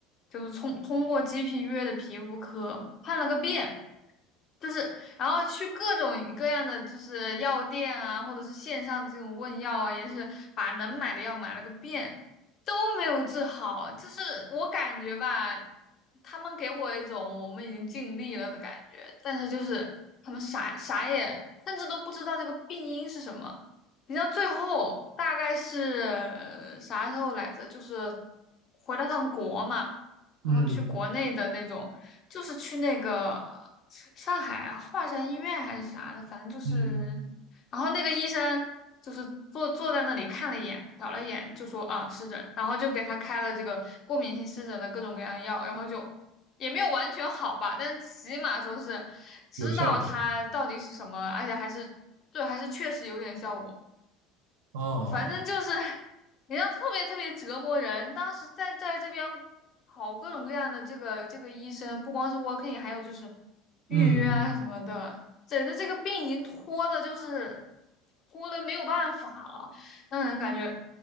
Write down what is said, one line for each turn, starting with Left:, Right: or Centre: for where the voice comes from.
Left: 就是通通过 GP 约的皮肤科看了个遍，就是然后去各种各样的就是药店啊，或者是线上这种问药啊，也是把能买的药买了个遍。都没有治好，就是我感觉吧，他们给我一种我们已经尽力了的感觉，但是就是他们啥啥也，甚至都不知道这个病因是什么。你知道最后大概是呃啥时候来着？就是回到趟国嘛，然后去国内的那种，
Right: 嗯
Left: 就是去那个上海华山医院还是啥的，反正就是。
Right: 嗯，
Left: 然后那个医生就是坐坐在那里看了一眼，瞟了一眼，就说啊湿疹，然后就给他开了这个过敏性湿疹的各种各样药，然后就也没有完全好吧，但是起码说是知道它到底是什么，
Right: 有效果。
Left: 而且还是对，还是确实有点效果。
Right: 哦，
Left: 反正就是，人家特别特别折磨人。当时在在这边跑各种各样的这个这个医生，不光是 w o r k in，还有就是预约啊什么的，
Right: 嗯，
Left: 整的这个病已经拖的，就是拖的没有办法了，让人感觉